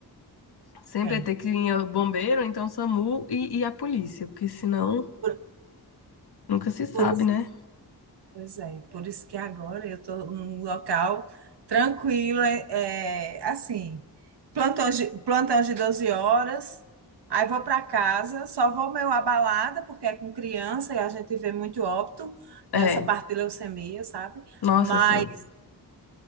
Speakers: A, on the left; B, on the right.
A: Sempre
B: É.
A: vai ter que vir o bombeiro, ou então SAMU e, e a polícia, porque senão
B: Por,
A: nunca se sabe,
B: por isso,
A: né?
B: pois é, por isso que agora eu estou num local tranquilo, é, é, assim, plantão de, plantão de 12 horas, aí vou para casa, só vou meio abalada, porque é com criança e a gente vê muito óbito
A: É,
B: nessa parte de leucemia, sabe?
A: nossa,
B: Mas,
A: assim,